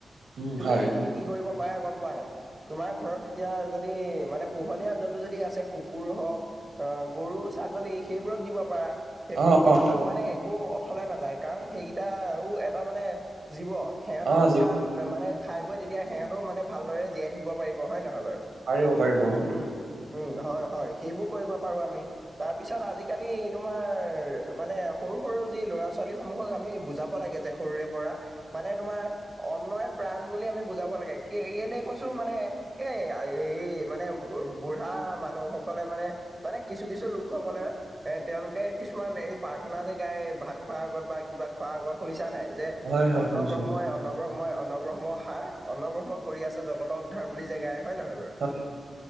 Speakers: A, on the right; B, on the right.
A: উম
B: তুমি
A: হয়
B: সেইখিনি কি কৰিব পাৰে গম পোৱা নাই? তোমাৰ ঘৰত এতিয়া যদি মানে পোহনীয়া জন্তু যদি যদি আছে কুকুৰ হওঁক অহ গৰু ছাগলী সেইবোৰক দিব পাৰা। সেইবোৰক
A: অ
B: দিলেও
A: অ
B: মানে একো অথলে নাযায় কাৰণ সেইকেইটাও এটা মানে জীৱ সেহঁতৰো
A: অ যি
B: প্ৰাণ মানে খাই বৈ তেতিয়া সিহঁতেও মানে ভালদৰে জীয়াই থাকিব পাৰিব হয় নহয় বাৰু?
A: পাৰিব পাৰিব অঁ।
B: উম, উম, হয় হয় সেইবোৰ কৰিব পাৰোঁ আমি, তাৰ পিছত আজি আজিকালি তোমাৰ মানে সৰু সৰু যি ল'ৰা ছোৱালী সমূহক আমি বুজাব লাগে যে সৰুৰে পৰা মানে তোমাৰ অন্নয়ে প্ৰাণ বুলি আমি বুজাব লাগে কে কেলে কৈছোঁ মানে এ এই মানে বু বুঢ়া মানুহ সকলে মানে মানে কিছু কিছু লোকসকলে এ তেওঁলোকে কিছুমান এই প্ৰাৰ্থনা যে গাই ভাত খোৱাৰ আগত বা কিবা খোৱাৰ আগত শুনিছা নাই যে
A: হয় হয় হয়
B: অন্নব্ৰহ্মই
A: শুনিছো
B: অন্নব্ৰহ্মই অন্নব্ৰহ্ম সাৰ অন্নব্ৰহ্ম কৰি আছে জগত- পথাৰ বুলি জেগাই হয় নহয় বাৰু।
A: হয়